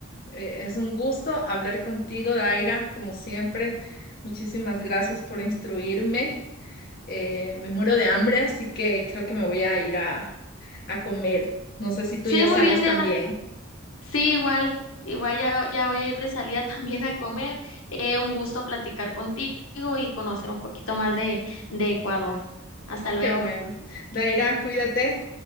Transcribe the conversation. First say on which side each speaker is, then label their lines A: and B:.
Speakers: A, on the left; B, on the left.
A: eh, es un gusto hablar contigo, Daira, como siempre. Muchísimas gracias por instruirme. Eh, me muero de hambre, así que creo que me voy a ir a, a comer. No sé si tú
B: sí,
A: ya
B: muy
A: sales
B: bien, Diana.
A: también.
B: Sí, igual, igual ya, ya voy a ir de salida <laughs> también a comer. Eh, un gusto platicar contigo y conocer un poquito más de, de Ecuador. Hasta luego.
A: Qué bueno. Daira, cuídate.